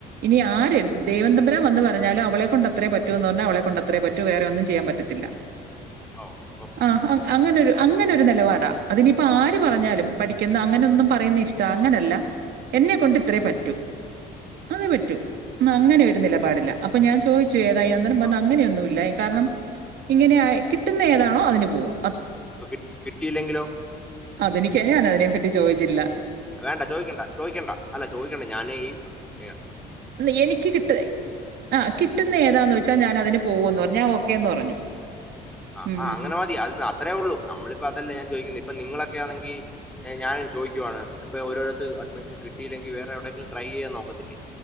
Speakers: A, on the right; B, in the centre.
A: ഇനിആര്എഴുതി
B: ഉം,
A: ദൈവം തമ്പുരാൻ ദെവം വന്ന്പറഞ്ഞാലും അവളെകൊണ്ട് അത്രപറ്റൂന്പറഞ്ഞു അവളെ കൊണ്ട് അത്രേപറ്റു വേറൊന്നും ചെയ്യാൻ പറ്റത്തില്ല
B: ഓ ഓക്കെ
A: ആ ഹ അങ്ങനൊരു അങ്ങനെ ഒരു നെലപാട അതിനിപ്പ് ആര്പറഞ്ഞാലും പഠിക്കണത് ആര് അങ്ങനൊന്നും പറയുന്നിഷ്ടാ അങ്ങനെയല്ല എന്നെക്കൊണ്ട് ഇത്രയേ പറ്റൂ അത് പറ്റും അനങ്ങനെയൊരു നിലപാടില്ല അപ്പൊ ഞാൻ ചോയ്ച്ചു ഏതായിന്നേരം പറഞ്ഞു
B: ആ,
A: അങ്ങനെയൊന്നുല്ല കാരണം ഇങ്ങനെയായി കിട്ടുന്ന എ <unintelligible> നാളെ അതിനുപോവും
B: പ കിട്ട് കിട്ടീല്ലെങ്കിലോ <unintelligible>
A: അതെനിക്ക് <unintelligible> അതിനെപ്പറ്റി ചോയ്ച്ചില്ല
B: വേണ്ട ചോയ്ക്കണ്ട ചോയ്ക്കണ്ട അല്ല ചോയ്ക്കണ്ട് ഞാനെ ഈ എ
A: ന്ന എനിക്ക് കിട്ട് ആ കിട്ടുന്ന ഏതാന്ച്ച ഞാൻ അതിനു പോകുന്ന്പറഞ്ഞ് ആ ഓക്കേന് ന്ന് പറഞ്ഞു
B: ആ
A: ഉം
B: ആ അങ്ങനെമതി അത് അത്രയേഒള്ളൂ നമ്മള്പ്പതല്ലേ ഞാൻ ചോയ്ക്ക്ന്ന് പ്പോ നിങ്ങളൊക്കെയാനെങ്കിൽ എ ഞാൻ ചോയിക്കുവാണ് പൊ ഓരോരുത്ത് അഡ്മിഷൻ കിട്ടീല്ലെങ്കിൽ വേറെ എവിടെങ്കിലും ട്രൈയ്യയ്യാൻ നോക്കത്തില്ലേ